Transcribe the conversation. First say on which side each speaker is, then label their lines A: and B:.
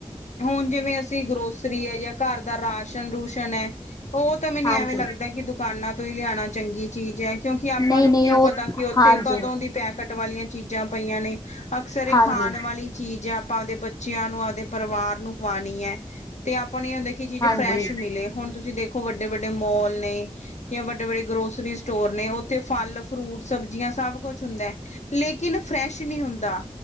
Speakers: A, on the left; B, on the left.
A: ਹੁਣ ਜਿਵੇਂ ਅਸੀਂ ਗਰੋਸਰੀ ਹੈ ਜਾਂ ਘਰ ਦਾ ਰਾਸ਼ਨ ਰੂਸ਼ਨ ਹੈ। ਉਹ ਤਾਂ ਮੈਨੂੰ
B: ਹਾਂਜੀ
A: ਐਵੇਂ ਲੱਗਦਾ ਕਿ ਦੁਕਾਨਾਂ ਤੋਂ ਹੀ ਲਿਆਉਣਾ ਚੰਗੀ ਚੀਜ਼ ਹੈ। ਕਿਉਂਕਿ ਆਪਾਂ
B: ਨਹੀਂ
A: ਨੂੰ
B: ਨਹੀਂ
A: ਕੀ
B: ਉਹ
A: ਪਤਾ ਕਿ।
B: ਹਾਂਜੀ
A: ਥੇ ਕਦੋਂ ਦੀ ਪੈਕਟ ਵਾਲੀਆਂ ਚੀਜ਼ਾਂ ਪਈਆਂ ਨੇ। ਅਕਸਰ ਇਹ
B: ਹਾਂਜੀ
A: ਖਾਣ ਵਾਲੀ ਚੀਜ਼ ਹੈ, ਆਪਾਂ ਆਪਦੇ ਬੱਚਿਆਂ ਨੂੰ ਆਪਦੇ। ਪਰਿਵਾਰ ਨੂੰ ਖਵਾਉਣੀ ਹੈ, ਤੇ ਆਪਾਂ ਨੂੰ ਇਹ ਹੁੰਦਾ ਕੀ ਇਹ ਚੀਜ਼
B: ਹਾਂਜੀ
A: ਫਰੈਸ਼ ਮਿਲੇ ਹੁਣ ਤੁਸੀਂ ਦੇਖੋ। ਦੇਖੋ ਵੱਡੇ -ਵੱਡੇ ਮੋਲ ਨੇ ਜਾਂ ਵੱਡੇ -ਵੱਡੇ ਗਰੋਸਰੀਜ਼। ਸਟੋਰ ਨੇ ਉੱਥੇ ਫਲ- ਫਰੂਟ, ਸਬਜ਼ੀਆਂ ਸਭ ਕੁਛ ਹੁੰਦਾ ਹੈ। ਲੇਕਿਨ ਫਰੈਸ਼ ਨਹੀਂ ਹੁੰਦਾ।